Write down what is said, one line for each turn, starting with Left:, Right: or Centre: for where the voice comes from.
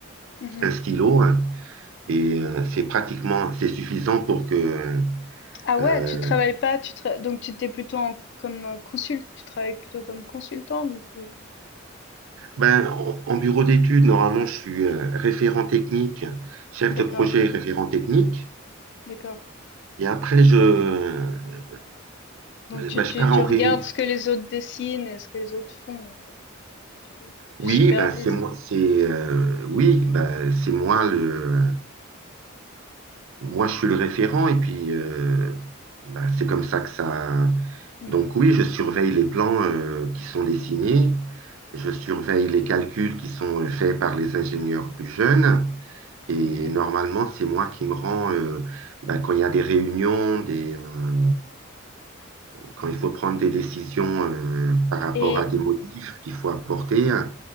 Left: mhm.
Right: un stylo. hein. Et euh, c'est pratiquement, c'est suffisant pour que...
Left: Ah
Right: euh,
Left: ouais, tu travailles pas, tu tra- donc tu t'es plutôt en- comme euh, consul, tu travailles plutôt comme consultant du coup.
Right: ben, en, en bureau d'études, normalement, je suis euh, référent technique, chef
Left: D'accord,
Right: de projet et référent technique.
Left: d'accord.
Right: Et après, je, euh,
Left: Donc tu,
Right: ben,
Left: tu,
Right: je pars
Left: tu
Right: en
Left: regardes
Right: réunion.
Left: ce que les autres dessinent et ce que les autres font, en fait. Tu, tu
Right: Oui,
Left: supervises.
Right: ben, c'est moi, c'est, euh, oui, ben, c'est moi le, Moi, je suis le référent et puis euh, ben, c'est comme ça que ça.
Left: Mhm,
Right: Donc oui, je surveille les plans euh, qui sont dessinés, je surveille les calculs qui sont euh, faits par les ingénieurs plus jeunes et
Left: mhm.
Right: normalement c'est moi qui me rends euh, ben, quand il y a des réunions, des euh, quand il faut prendre des décisions euh, par rapport
Left: Et,
Right: à des modifs qu'il faut apporter hein,